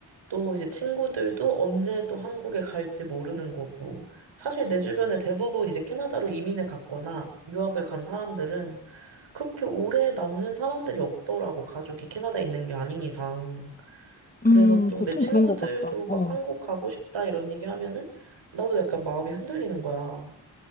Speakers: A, on the right; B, on the left.
A: 또 이제 친구들도 언제 또 한국에 갈지 모르는 거고, 사실 내 주변에 대부분 이제 캐나다로 이민을 갔거나 유학을 간 사람들은 그렇게 오래 남는 사람들이 없더라고. 가족이 캐나다에 있는 게 아닌 이상. 그래서
B: 음,
A: 또
B: 보통
A: 내 친구들도
B: 그런 것 같다.
A: 막
B: 어.
A: 한국 가고 싶다 이런 얘기 하면은 나도 약간 마음이 흔들리는 거야.